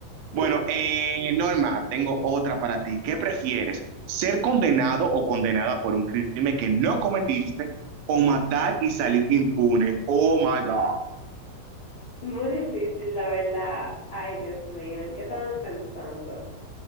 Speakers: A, on the right (about 70°); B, on the left (about 40°).
A: Bueno,
B: Sí,
A: eh,
B: sí.
A: Norma, tengo otra para ti. ¿Qué prefieres? ¿Ser condenado o condenada por un crimen que no cometiste o matar y salir impune? Oh my God.
B: Muy difícil, la verdad. Ay, Dios mío, ¿en qué estaban pensando?